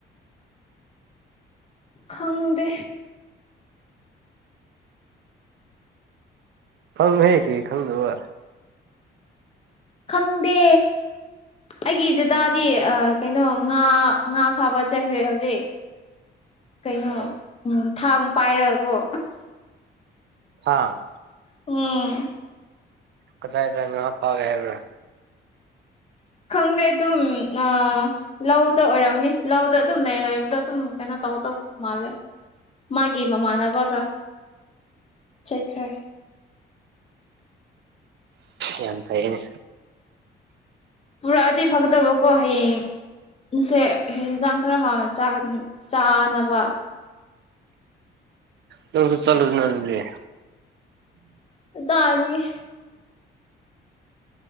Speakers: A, on the left; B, on the right.
A: ꯈꯪꯗꯦ
B: ꯈꯪꯉꯨꯍꯦ ꯀꯔꯤ ꯈꯪꯗꯕ
A: ꯈꯪꯗꯦ ꯑꯩꯒꯤ ꯗꯥꯗꯤ ꯑ ꯀꯩꯅꯣ ꯉꯥ ꯉꯥ ꯐꯥꯕ ꯆꯠꯈ꯭ꯔꯦ ꯍꯧꯖꯤꯛ ꯀꯩꯅꯣ
B: ꯑꯣ
A: ꯊꯥꯡ ꯄꯥꯏꯔꯒꯀꯣ
B: ꯊꯥꯡ
A: ꯎꯝ
B: ꯀꯗꯥꯥꯏꯗ ꯉꯥ ꯐꯒꯦ ꯍꯥꯏꯔꯨꯔ
A: ꯈꯪꯗꯦ ꯇꯨꯝ ꯑ ꯂꯧꯗ ꯑꯣꯏꯔꯝꯅꯤ ꯂꯧꯗ ꯑꯗꯨꯝ ꯂꯩ ꯂꯩꯕꯗ ꯑꯗꯨꯝ ꯀꯩꯅꯣ ꯇꯧꯗꯧ ꯃꯥꯜꯂꯦ ꯃꯥꯒꯤ ꯃꯃꯥꯟꯅꯕꯒ ꯆꯠꯈ꯭ꯔꯦ
B: ꯌꯥꯝ ꯐꯩꯌꯦ
A: ꯄꯨꯔꯥꯛꯑꯗꯤ ꯐꯛꯗꯕꯀꯣ ꯍꯥꯏꯌꯦꯡ ꯉꯁꯦ ꯌꯦꯟꯁꯥꯡ ꯈꯔ ꯍꯥꯎꯅ ꯆꯥꯅ ꯆꯥꯅꯕ
B: ꯅꯪꯁꯨ ꯆꯠꯂꯨꯅ ꯑꯗꯨꯗꯤ
A: ꯀꯗꯥꯢꯗꯒꯤ